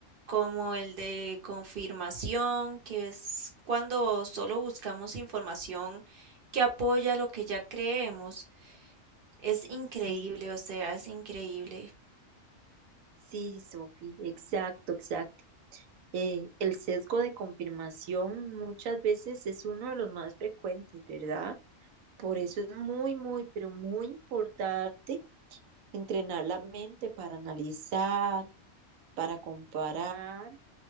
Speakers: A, on the right; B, on the right.
A: como el de confirmación, que es cuando solo buscamos información que apoya lo que ya creemos. Es increíble,
B: Sí,
A: o sea, es increíble.
B: sí, Sofi, exacto, exacto. Eh, el sesgo de confirmación muchas veces es uno de los más frecuentes, ¿verdad? Por eso es muy, muy, pero muy importante. entrenar la mente para analizar, para comparar